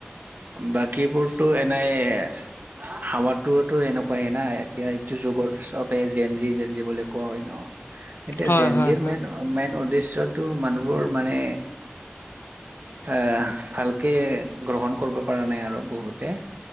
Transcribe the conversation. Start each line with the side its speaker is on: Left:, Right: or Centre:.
Right: বাকীবোৰতো এনেই হাৱাটোত তো এনেকুৱাই না এতিয়া এইটো যুগত চবে জেনজি জেনজি বুলি কোৱা হয় ন। এতিয়া
Left: হয়
Right: জেনজিৰ
Left: হয় হয়
Right: মেইন মেইন উদ্দেশ্যটো মানুহবোৰ মানে এ ভালকে গ্ৰহণ কৰিব পৰা নাই আৰু বহুতে।